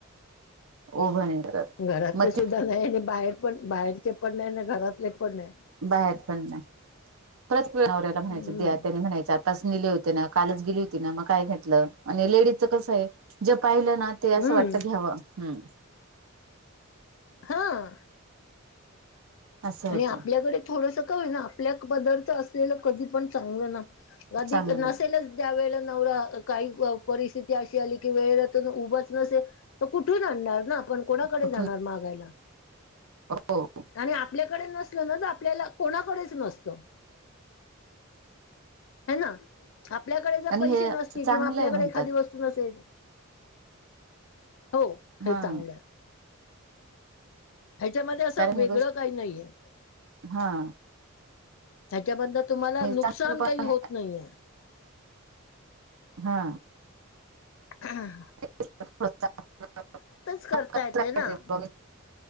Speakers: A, on the right (about 85°); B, on the left (about 65°).
A: ओभळ नाही करत
B: घरातले
A: मग ती
B: सुद्धा नायब आणि बाहेर पण बाहेरचे पण नाय ना घरातले पण नाय.
A: बाहेर पण नाय <unintelligible> नवऱ्याला म्हणायच
B: हम्म
A: द्या त्यांनी म्हणायच आतास नेले होते ना कालच गेली होती ना मग काय घेतलं लेडीजच कसं आहे जे पाहिलं ना ते असं
B: हम्म
A: वाटतं घ्यावं हम्म.
B: हां.
A: असं
B: आणि
A: होतं
B: आपल्याकडे थोडसा काय होई ना आपल्या पदरचा असलेला कधी पण चांगलं ना वाद्य
A: चांगलं
B: की नसेलच त्यावेेळे नवरा काही अ परिस्थिती अशी आली की वेळेला तेन उभच नसे तर कुठून आणणार ना आपण कोणाकडे
A: कुठून
B: मागायला
A: हो
B: आणि आ आपल्याकडे नसलं ना तर आपल्याला कोणाकडेच नसतं. हा ना आपल्याकडे जर
A: आणि
B: पैसे
A: हे
B: नसतील
A: चांगलं
B: किंवा आपल्याकडे
A: आहे म्हणतात
B: एखादी वस्तू नसेल हो हे
A: हा
B: चांगलं हाय. ह्याच्यामध्ये असं
A: कारण
B: वेगळं
A: ही गोष्ट
B: काही नाहीये.
A: हा.
B: ह्याच्याबद्दल तुम्हाला
A: आणि
B: नुकसान
A: चांगलं पण
B: काही होत नाहीये.
A: हा.
B: आ हा हा.
A: <unintelligible>
B: करता येते ना